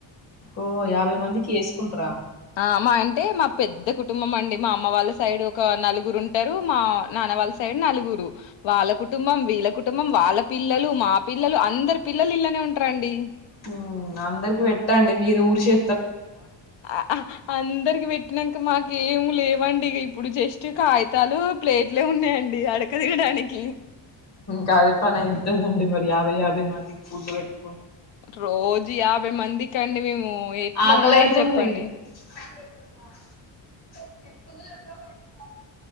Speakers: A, on the left; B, on the left.
A: ఓ యాభై మందికి ఏసుకుంటరా
B: మా అమ్మ అంటే మా పెద్ద కుటుంబం అండి మా అమ్మ వాళ్ళ సైడ్ ఒక నలుగురు ఉంటారు మా నాన్న వాళ్ళ సైడ్ సైడ్ నలుగురు వాళ్ళ కుటుంబం వీళ్ళ కుట్ కుటుంబం వాళ్ళ పిల్లలు మా పిల్లలు అందరు పిల్లలు ఇలానే ఉంట్రాండి
A: ఓ అందరికి పెట్టండి మీది ఊరు చే
B: అ అందరికి పెట్టినాక ఇక మాకు ఏం లేవండి ఇక ఇప్పుడు జస్ట్ కాగితాలు ప్లేట్లే ఉన్నాయండి అడుక్కుతినడానికి
A: గాదె పనైతండి మరియా యాభై మందికి ఫుడ్ పెట్టు
B: రోజు యాభై మందికండి మేము ఎట్లా
A: ఆకలి
B: వండాలి
A: అయితుంది
B: చెప్పండి
A: <unintelligible>